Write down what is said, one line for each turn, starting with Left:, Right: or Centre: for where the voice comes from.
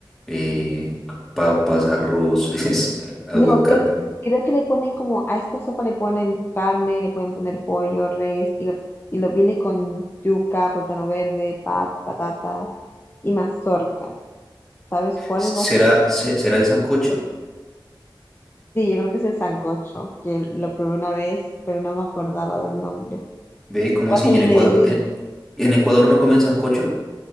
Centre: eh, papas, arroz, <laughs> es- eh, aguacate.
Left: no, creo, creo que le ponen como, a esta sopa le ponen carne, le pueden poner pollo, res, y lo, y lo viene con yuca, plátano verde, pat, patata y mazorca. ¿Sabes cuál
Centre: ¿Será,
Left: es la sopa?
Centre: se- será el sancocho?
Left: Sí, yo creo que es el sancocho, que lo probé una vez, pero no me acordaba del nombre.
Centre: Ve, ¿cómo
Left: Pasan
Centre: así? ¿Y
Left: en
Centre: en Ecuador,
Left: Medellín.
Centre: en, en Ecuador no comen sancocho?